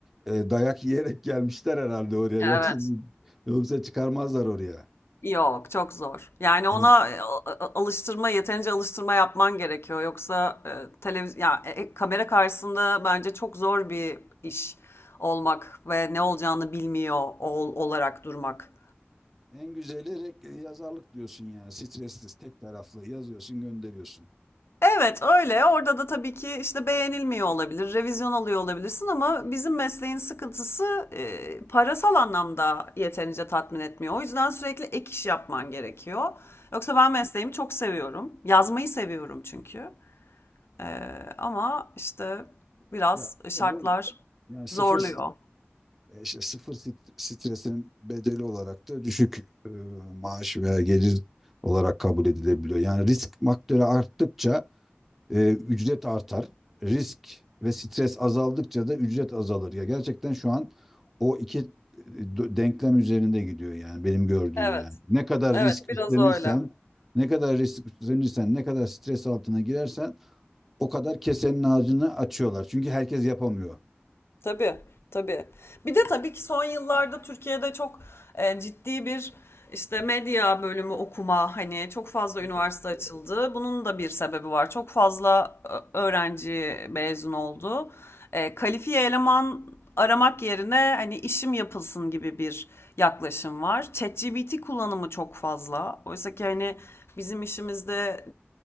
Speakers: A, in the centre; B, on the left.
A: e, dayak yiyerek gelmişler herhalde oraya.
B: Evet.
A: Yoksa yoksa çıkarmazlar oraya.
B: Yok, çok zor. Yani ona
A: Yani
B: e, a- a- alıştırma, yeterince alıştırma yapman gerekiyor. Yoksa e, televiz ya e, e, kamera karşısında bence çok zor bir iş olmak ve ne olacağını bilmiyor ol olarak durmak.
A: en güzeli rek- yazarlık diyorsun yani. Stressiz, tek taraflı yazıyorsun, gönderiyorsun.
B: Evet, öyle. Orada da tabii ki işte beğenilmiyor olabilir, revizyon alıyor olabilirsin ama bizim mesleğin sıkıntısı e, parasal anlamda yeterince tatmin etmiyor. O yüzden sürekli ek iş yapman gerekiyor. Yoksa ben mesleğimi çok seviyorum. Yazmayı seviyorum çünkü. Eee, ama işte biraz
A: Ya,
B: şartlar
A: öyle mi? yani sıfır
B: zorluyor.
A: E, işte sıfır sit- stresinin bedeli olarak da düşük e, maaş veya gelir olarak kabul edilebiliyor. Yani risk faktörü arttıkça e, ücret artar. Risk ve stres azaldıkça da ücret azalır. Ya gerçekten şu an o iki e, d- denklem üzerinde gidiyor yani benim gördüğüm
B: Evet,
A: yani. Ne kadar
B: evet
A: risk
B: biraz
A: üstlenirsen,
B: öyle.
A: ne kadar risk üstlenirsen, ne kadar stres altına girersen o kadar kesenin ağzını açıyorlar. Çünkü herkes yapamıyor.
B: Tabii, tabii. Bir de tabii ki son yıllarda Türkiye'de çok e, ciddi bir işte medya bölümü okuma hani çok fazla
A: Evet,
B: üniversite açıldı. Bunun da bir sebebi var. Çok fazla ö- öğrenci mezun oldu. E, kalifiye eleman aramak yerine hani işim yapılsın gibi bir yaklaşım var. ChatGPT kullanımı çok fazla. Oysa ki hani bizim işimizde